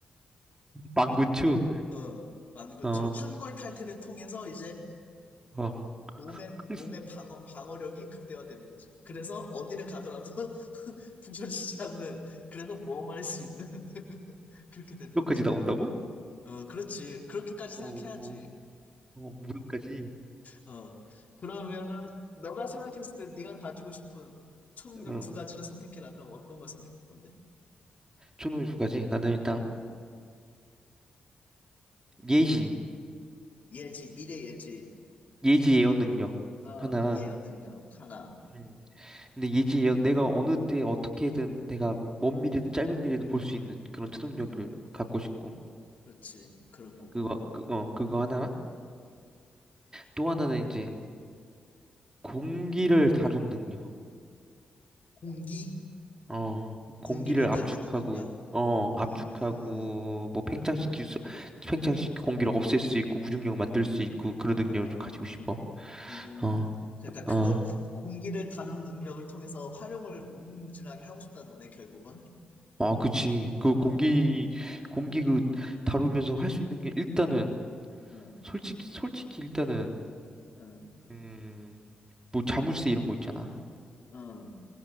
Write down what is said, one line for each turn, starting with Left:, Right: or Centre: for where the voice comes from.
Right: 망근추?
Left: 어, 만근추.
Right: 어.
Left: 환골 탈태를 통해서 이제
Right: 어.
Left: 몸의,
Right: <laughs>
Left: 몸의 방어, 방어력이 극대화되는 거지. 그래서 어디를 가더라도 <laughs> 부서지지 않는. 그래서 모험을 할 수 있는. <laughs> 그렇게 되는
Right: 무역까지
Left: 거지.
Right: 나온다고?
Left: 어, 그렇지. 그렇게까지
Right: 어,
Left: 생각해야지.
Right: 어, 어, 무역까지.
Left: 어, 그러면은 너가 생각했을 때 네가 가지고 싶은 초능력
Right: 응.
Left: 두 가지를 선택해라. 그럼 어떤 걸 선택할 건데?
Right: 초능력까지. 나는 일단
Left: 음.
Right: 예지,
Left: 예지, 미래 예지,
Right: 예지 예언 능력
Left: 어,
Right: 하나랑.
Left: 예언 능력 하나.
Right: 음. 근데 예지 예언, 내가 어느 때 어떻게든 내가 먼 미래든 짧은 미래든 볼 수 있는 그런 초능력을
Left: 음,
Right: 갖고 싶고.
Left: 그렇지. 그렇고
Right: 그거, 그, 어, 그거 하나랑 또 하나는 이제 공기를 다룬 능력.
Left: 공기,
Right: 어, 공기를
Left: 공기를
Right: 압축하고,
Left: 다루는 능력.
Right: 어, 압축하고,
Left: 음,
Right: 뭐, 팽창시킬 수, 팽창시키고 공기를 없앨 수 있고, 무중력 만들 수 있고, 그런 능력을
Left: 어,
Right: 좀 가지고 싶어.
Left: 음,
Right: 어,
Left: 그러니까 그걸
Right: 어.
Left: 공기를 다루는 능력을 통해서 활용을 무궁무진하게 하고 싶다는 거네, 결국은.
Right: 아, 그치. 그
Left: 응,
Right: 공기, 공기 그 다루면서 할 수 있는 게 일단은,
Left: 응,
Right: 솔직히, 솔직히 일단은,
Left: 응,
Right: 음, 뭐, 자물쇠 이런 거 있잖아.
Left: 응,